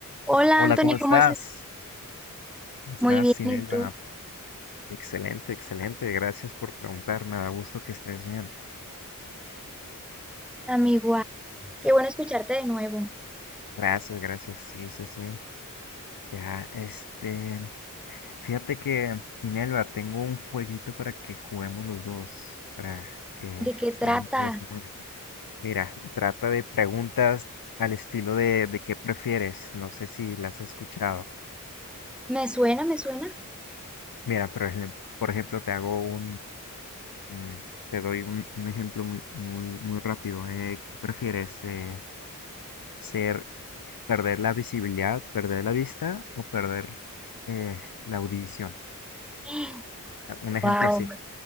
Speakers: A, in the centre; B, on the left.
A: Hola
B: Hola,
A: Anthony,
B: ¿cómo estás?
A: ¿cómo estás?
B: ¿Cómo estás,
A: Muy bien,
B: Sinelva?
A: ¿y tú?
B: Excelente, excelente. Gracias por preguntar. Me da gusto que estés bien.
A: Amigo, igual. Qué bueno escucharte de nuevo.
B: Gracias, gracias. Sí, sí, sí. Ya, este, fíjate que, Sinelva, tengo un jueguito para que juguemos los dos, para que
A: ¿De qué
B: sea
A: trata?
B: interesante. Mira, trata de preguntas al estilo de, de qué prefieres. No sé si las has escuchado.
A: ¿Me suena? ¿Me suena?
B: Mira, por ejemplo, por ejemplo, te hago Mm, Te doy un, un ejemplo muy, muy, muy rápido. Eh, ¿qué prefieres? eh, ser, eh, perder la visibilidad, perder la vista o perder eh, la audición?
A: <gasps>
B: Ah, Un ejemplo
A: Wow.
B: así,